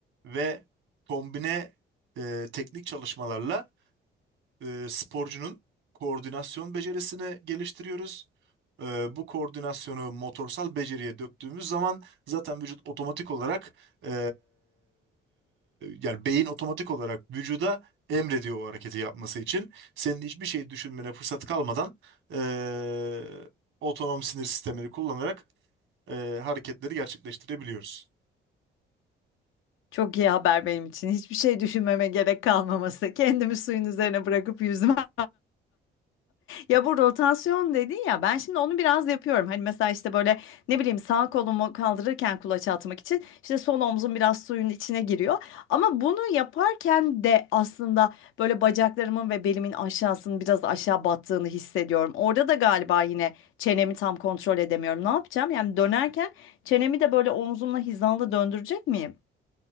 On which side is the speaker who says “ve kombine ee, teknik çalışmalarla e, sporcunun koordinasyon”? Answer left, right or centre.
Right